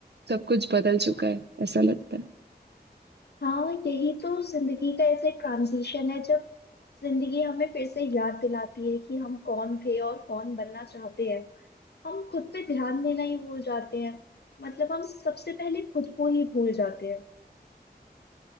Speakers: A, on the right; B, on the left.
A: सब कुछ बदल चुका है ऐसा लगता है
B: हाँ यही तो जिंदगी का ऐसे ट्रांजिशन है जब जिंदगी हमें फिर से याद दिलाती है कि हम कौन थे और कौन बनना चाहते हैं हम खुद पे ध्यान देना ही भूल जाते हैं मतलब हम सबसे पहले खुद को ही भूल जाते हैं